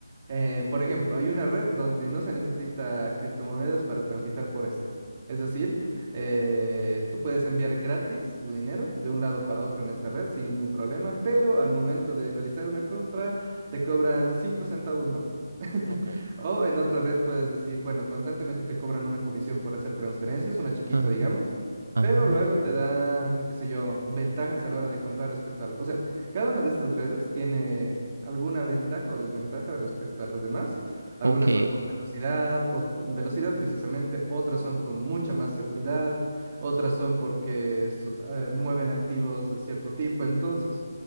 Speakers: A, on the right; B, on the right.
A: eh, por ejemplo, hay una red donde no se necesita criptomonedas para transitar por esta. Es decir, eh, tú puedes enviar gratis tu dinero de un lado para otro en esta red sin ningún problema, pero al momento de realizar una compra te cobran 5 centavos más. <laughs>
B: Ok.
A: O en otra red puedes decir, bueno, constantemente te cobran una comisión por hacer transferencias, una chiquita,
B: Ah,
A: digamos,
B: ah,
A: pero luego te dan, qué sé yo, ventajas a la hora de comprar respecto a algo. O sea, cada una de estas redes tiene alguna ventaja o desventaja respecto a las demás. Algunas
B: Ok.
A: son con velocidad, o velocidad precisamente, otras son con mucha más seguridad, otras son porque so- eh, mueven activos de cierto tipo. Entonces,